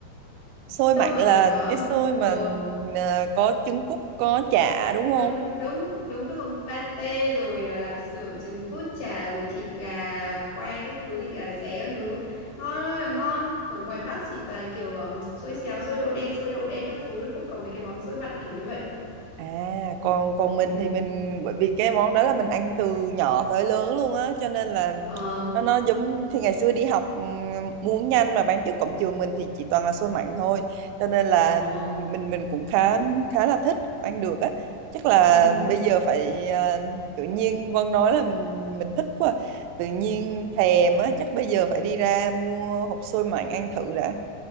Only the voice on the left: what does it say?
Xôi
mà
kiểu có
ờ
đúng
đúng đúng đúng đường pate rồi à, lạp xưởng trứng cút chả rồi thịt gà quay các thứ thịt gà xé các thứ ngon ơi là ngon ở ngoài Bắc chỉ toàn kiểu um, xôi xéo xôi đậu đen xôi đậu đen các thứ không có mấy cái món xôi mặn kiểu như vậy
ừ
ờ
ờ
ừ